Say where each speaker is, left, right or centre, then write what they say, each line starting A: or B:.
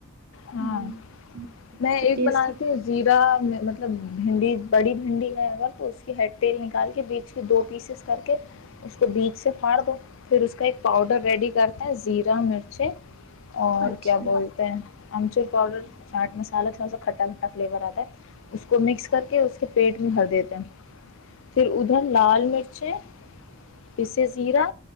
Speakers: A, on the left (about 60°); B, on the right (about 45°).
A: ہاں
B: ہ
A: میں ایک
B: تو ٹیسٹی
A: بنا لییتی ہوں زیرا مطلب بھنڈی بڑی بھنڈی ہے اگر تو اس کی ہیڈ تیل نکال کے بیچ کے دو پیسز کر کے اس کو بیج سے پھاڑ دو پھر اس کا ایک پاؤڈر ریڈی کرتے ہیں زیرہ مرچیں <unintelligible> اور
B: اچھا
A: کیا بولتے ہیں ہممچ پؤڈر س <unintelligible> مسالہ تھوڑا سا کھٹا کھٹا فلیور آتا ہے اس کو مکس کر کے اس کے پیٹ میں بھر دیتے ہیں پھر ادھر لال مرچیں پیسے زیرہ